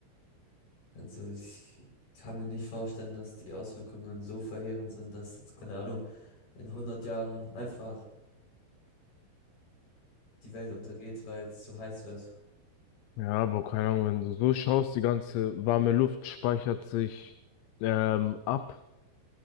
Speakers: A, on the left; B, on the left.
A: also ich kann mir nicht vorstellen, dass die Auswirkungen so verheerend sind, dass jetzt, keine Ahnung, in hundert Jahren einfach die Welt untergeht, weil es zu heiß wird.
B: ja, aber keine Ahnung, wenn du so schaust, die ganze warme Luft speichert sich ähm, ab.